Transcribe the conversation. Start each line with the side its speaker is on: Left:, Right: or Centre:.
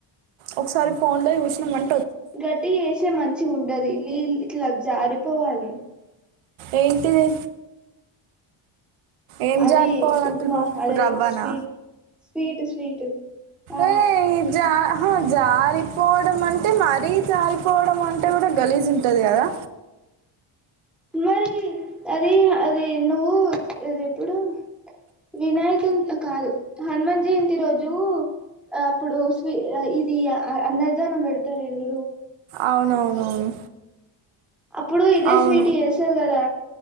Right: ఒకసారి ఫోన్ లో చుసిన మం
Centre: గట్టిగ వచేస్తే మంచిగ ఉండది లీల్ ఇట్లా జారిపోవాలే
Right: ఏంటిది ఏం
Centre: అది
Right: జారిపోవాలంటున్నవు
Centre: ఉప్మా అదే
Right: రవ్వనా
Centre: స్వీట్ స్వీట్ స్వీట్ ఆ
Right: ఏజా హా జారిపోవడం అంటే మరీ జారిపోవడం అంటే కూడా గలీజు ఉంటది కదా
Centre: మరి అది అది నువ్వు ఇది ఎప్పుడు వినాయకు కాదు హనుమన్ జయంతి రోజు అప్పుడు స్వి ఇది అన్న ధానం పెడతారు ఎగుడు <unintelligible>
Right: అవునవునవును
Centre: అప్పుడు ఇదే
Right: అవును.
Centre: స్వీట్ వేసారు కదా